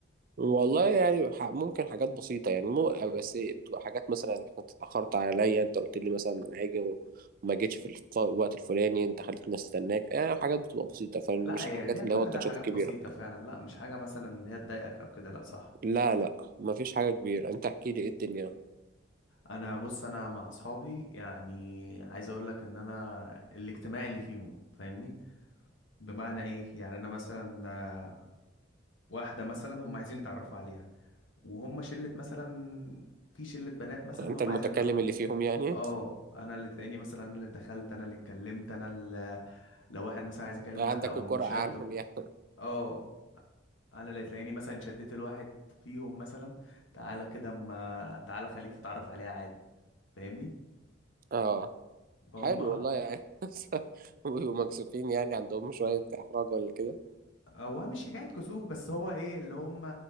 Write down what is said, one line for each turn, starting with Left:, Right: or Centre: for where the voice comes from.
Right: والله يعني ح- ممكن حاجات بسيطه يعني مو بس بتبقى حاجات مثلا انت اتاخرت عليا انت قلت لي مثلا انا هاجي و- وما جيتش في الف- الوقت الفلاني انت خليتني استناك يعني حاجات بتبقى بسيطه فمش
Left: لا هي
Right: الحاجات
Left: دي
Right: اللي
Left: كل
Right: هو التاتشات
Left: ده حاجات
Right: الكبيره
Left: بسيطه فعلا لا مش حاجه مثلا اللي هي تضايقك او كده لا صح
Right: لا لا مفيش حاجة كبيرة انت احكي لي ايه الدنيا
Left: انا بص انا مع اصحابي يعني عايز اقول لك ان انا الاجتماع اللي فيهم فاهمني بمعنى ايه يعني انا مثلا آه، واحده مثلا هم عايزين يتعرفوا عليها وهم شله مثلا في شله بنات مثلا
Right: انت
Left: هم
Right: المتكلم
Left: عايزين يتعرفوا
Right: اللي
Left: على-
Right: فيهم يعني
Left: اه انا اللي تلاقيني مثلا انا اللي دخلت انا اللي اتكلمت انا اللي لو واحد مثلا عايز يكلم
Right: عندك
Left: واحده او
Right: القرعة
Left: مشده
Right: عنهم يعني
Left: اه انا اللي تلاقيني مثلا شديت الواحد فيهم مثلا تعالى كده ما تعالى خليك تتعرف عليها عادي فاهمني
Right: اه
Left: فهم
Right: حلو والله يعني <laughs> بيبقوا مكسوفين يعني عندهم شوية احراج ولا كده
Left: هو مش حكاية كسوف بس هو ايه اللي هم